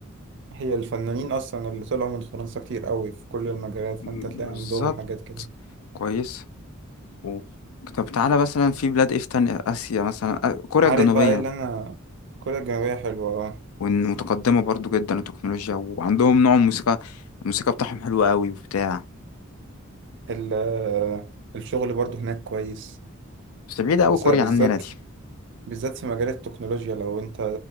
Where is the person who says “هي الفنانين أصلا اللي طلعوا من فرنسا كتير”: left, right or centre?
Right